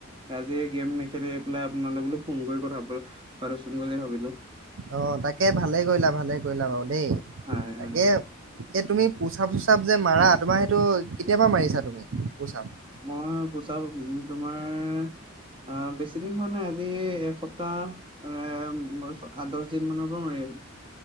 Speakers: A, on the right; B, on the right.
A: আজি এই গেম নেখেলি পেলাই আপোনালে বোলো ফোন কৰি কথা পাতোচোন বুলি ভাবিলো।
B: অ তাকে ভালে কৰিলা ভালে কৰিলা বাৰু দেই।
A: হয়
B: তাকে
A: হয়
B: এই তুমি পুচাব চুচাব যে মাৰা তোমাৰ সেইটো কেতিয়াৰ পৰা মাৰি আছা তুমি পুচাব?
A: মই পোচাব তোমাৰ অ বেছি দিন হোৱা নাই, আজি এসপ্তাহ এ আঠ দহ দিনমানৰ পৰা মাৰি আছো।